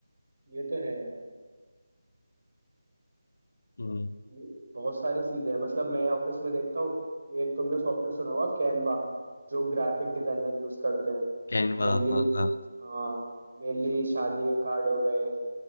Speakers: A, on the right; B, on the left.
A: ये तो है यार
B: हम्म
A: ये बहुत सारी चीजें हैं मतलब मैं ऑफिस में देखता हूँ एक तुमने सॉफ्टवेयर सुना होगा कैनवा जो ग्राफिक डिजाइनर यूज करते हैं
B: कैनवा
A: मेनली
B: हाँ हाँ
A: हाँ मेनली शादी के कार्ड हो गए